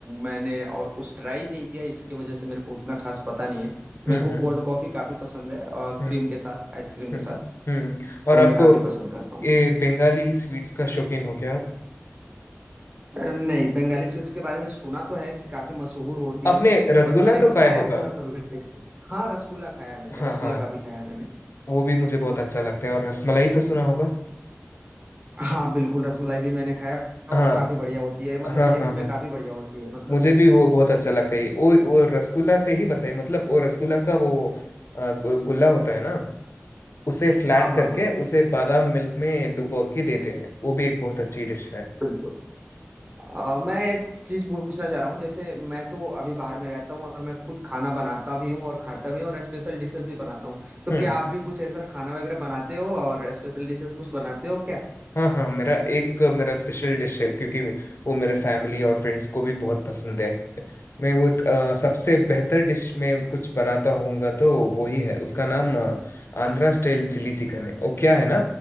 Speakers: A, on the right; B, on the left.
A: मैंने और कुछ ट्राई नहीं किया इसकी वजह से मेरे को उतना खास पता नहीं है मेरे
B: हम्म
A: को
B: हम्म
A: कोल्ड कॉफी काफी पसंद है और
B: हम्म।
A: क्रीम के साथ आइसक्रीम के
B: हम्म
A: साथ
B: हम्म, और
A: तो
B: आपको
A: मैं काफी पसंद करता हूँ
B: ये बंगाली स्वीट्स का शौकीन हो क्या आप
A: अ, नहीं बंगाली स्वीट्स के बारे में सुना तो है कि काफी मशहूर होती
B: आपने
A: हैं
B: रसगुल्ला
A: बट मैंने
B: तो
A: खाया
B: खाया होगा
A: नहीं और कभी टेस्ट नहीं हाँ रसगुल्ला खाया है मैंने
B: हाँ
A: रसगुल्ला
B: हाँ
A: काफी खाया है मैंने
B: वो भी मुझे बहुत अच्छा लगता है और रसमलाई तो सुना होगा
A: हाँ बिल्कुल रसमलाई भी मैंने खाया
B: हाँ
A: और काफी बढ़िया होती है मतलब
B: हाँ
A: टेस्ट
B: हाँ
A: में
B: हाँ
A: काफी बढ़िया होती है मतलब
B: मुझे भी वो बहुत अच्छा लगता है वो वो रसगुल्ला से ही बनता है मतलब वो रसगुल्ला का वो अ, गु- गुल्ला होता है ना उसे फ्लैट
A: हाँ हाँ
B: करके
A: हाँ
B: उसे बादाम मिल्क में डुबो के देते हैं वो भी एक बहुत अच्छी डिश है
A: बिल्कुल अ, मैं एक चीज पूछना चाह रहा हूँ जैसे मैं तो अभी बाहर में रहता हूँ और मैं खुद खाना बनाता भी हूँ और खाता भी हूँ और स्पेशल डिशेस भी बनाता हूँ तो
B: हम्म।
A: क्या आप भी कुछ ऐसा खाना वगैरह बनाते हो और स्पेशल डिशेस कुछ बनाते हो क्या
B: हाँ हाँ मेरा एक मेरा स्पेशल डिश है क्योंकि वो मेरे फैमिली और फ्रेंड्स को भी बहुत पसंद है मैं वो एक, अ, सबसे बेहतर डिश में कुछ बनाता होऊंगा तो वही है उसका नाम अ, आंध्रा स्टाइल चिली चिकन है वो क्या है ना